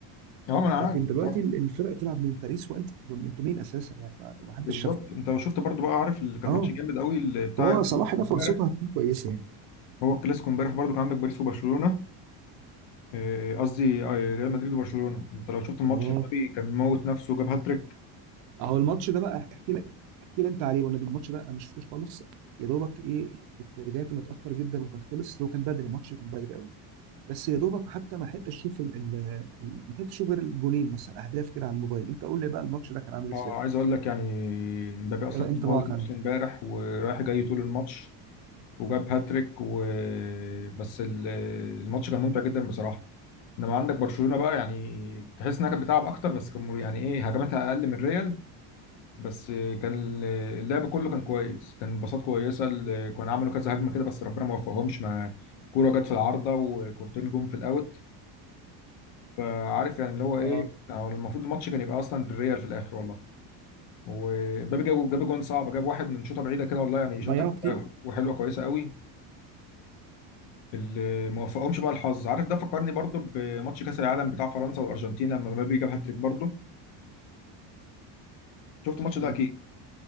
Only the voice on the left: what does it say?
اه ما انا عارف
انت عارف.
بالظبط
انت لو شفت برضو بقى عارف اللي كان
ماتش جامد قوي اللي بتاع
الكلاسيكو
امبارح
هو الكلاسيكو امبارح برضو كان عندك باريس وبرشلونه آه، قصدي آه، ريال مدريد وبرشلونة انت لو شفت الماتش
امبابي كان موت نفسه وجاب هاتريك
اه
عايز اقول لك يعني امبابي اصلا
كان
موت
نفسه امبارح ورايح جاي طول الماتش وجاب هاتريك و... بس ال- الماتش كان ممتع جدا بصراحة انما عندك برشلونة بقى يعني تحس انها كانت بتلعب اكتر بس كان مر- يعني ايه هجماتها اقل من ريال بس كان اللعب كله كان كويس كان باصات كويسة ال- كانوا عملوا كذا هجمة كده بس ربنا ما وفقهمش ما كورة جت في العارضة وكورتين جم في الاوت فعارف يعني اللي هو ايه
هو المفروض الماتش كان يبقى اصلا بالريال في الاخر والله ومبابي جاب جاب جون صعب جاب واحد من شوطه بعيده كده والله يعني شوطه
كده وحلوه كويسه قوي اللي ما وفقهمش بقى الحظ عارف ده فكرني برضو بماتش كاس العالم بتاع فرنسا والارجنتين لما مبابي جاب هاتريك برضو شفت الماتش
ده اكيد